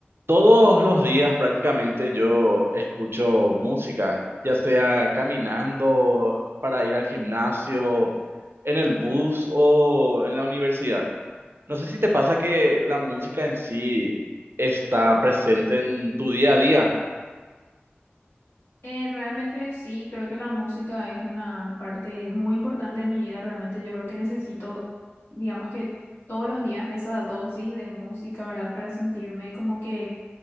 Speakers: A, on the right (about 70°); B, on the left (about 75°).
A: Todos los días prácticamente yo escucho música, ya sea caminando para ir al gimnasio, en el bus o en la universidad. No sé si te pasa que la música en sí está presente en tu día a día.
B: Eh, realmente sí, creo que la música es una parte muy importante de mi vida. Realmente yo creo que necesito, digamos que todos los días, esa dosis de música, ¿verdad? Para sentirme como que